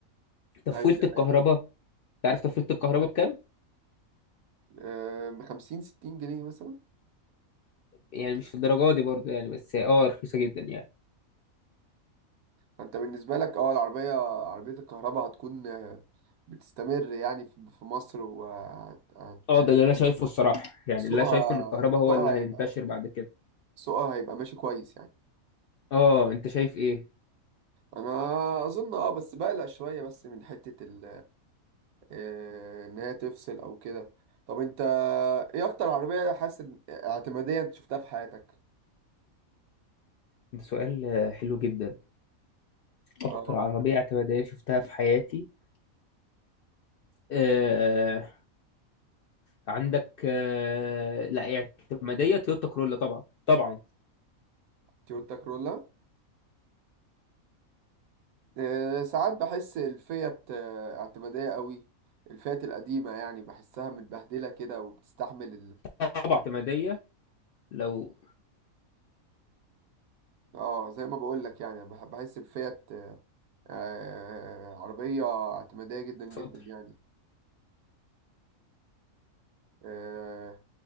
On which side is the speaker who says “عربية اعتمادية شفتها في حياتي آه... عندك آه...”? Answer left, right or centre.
Left